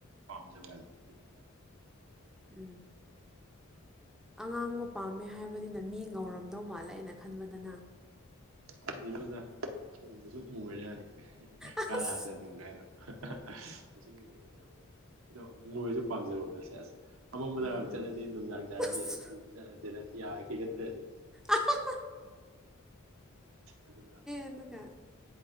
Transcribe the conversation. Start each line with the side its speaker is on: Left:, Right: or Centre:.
Right: ꯄꯝꯖꯕ ꯍꯥꯏꯕꯗꯨꯅꯤ
Centre: ꯎꯝ ꯑꯉꯥꯡꯕ ꯄꯥꯝꯃꯦ ꯍꯥꯏꯕꯅꯤꯅ ꯃꯤ ꯉꯧꯔꯝꯗꯧ ꯃꯥꯜꯂꯦ ꯑꯩꯅ ꯈꯟꯕꯗ ꯅꯪ
Right: ꯀꯥꯏꯗꯩꯅꯣꯗ ꯃꯨꯁꯨꯛ ꯃꯨꯒ꯭ꯔꯖꯥꯠꯅꯤ
Centre: ꯑꯁ
Right: ꯀꯥꯂꯥ ꯖꯥꯗꯨ ꯍꯥꯏꯗꯣ ꯃꯁꯤꯟ ꯃꯨꯔ ꯑꯗꯣ ꯃꯨꯔꯁꯨ ꯄꯥꯝꯖꯕꯗꯣ ꯁꯦꯁ ꯑꯃꯝꯕꯗ
Centre: ꯎꯝ
Right: ꯆꯠꯂꯗꯤ
Centre: ꯎꯝ
Right: ꯅꯨꯡꯗꯥꯡ ꯇꯥꯔꯗꯤ
Centre: ꯑꯁ
Right: ꯎꯕꯖꯥꯠ ꯅꯠꯇꯦꯗ ꯌꯥ ꯈꯤꯒꯠꯇ꯭ꯔꯗꯤ
Centre: ꯑꯍꯥ ꯍꯥ
Right: ꯑꯗꯨꯅ
Centre: ꯑꯗꯨꯒ